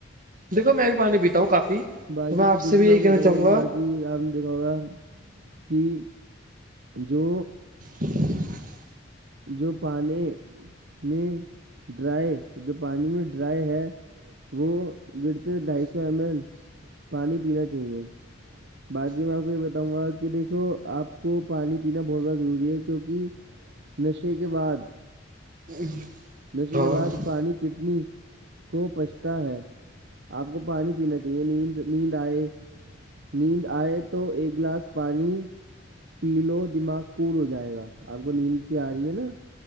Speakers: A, on the right; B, on the right.
A: دیکھو میں بھی پانی پیتا ہوں کافی
B: باقی تو دیکھیے
A: سے بھی
B: میں
A: یہی
B: آپ
A: کہنا
B: کو بتاؤ
A: چاہوں
B: گا کہ باقی آپ دیکھا ہوگا کہ جو
A: <inaudible>
B: جو پانی میں ڈرائی جو پانی میں ڈرائی ہے وہ گنتی ڈھائی سو ایم ایل پانی پینا چاہیے باقی میں آپ کو یہ بتاؤں گا کہ دیکھو آپ کو پانی پینا بہت زیادہ ضروری ہے کیوںکہ نشے کے بعد
A: <unintelligible>
B: نشے
A: ہاں
B: کے بعد پانی کتنی کو پچھتا ہے آپ کو پانی پینا چاہیے نیند نیند آئے نیند آئے تو ایک گلاس پانی پی لو دماغ کول ہو جائے گا آپ کو نیند سی آ رہی ہے نا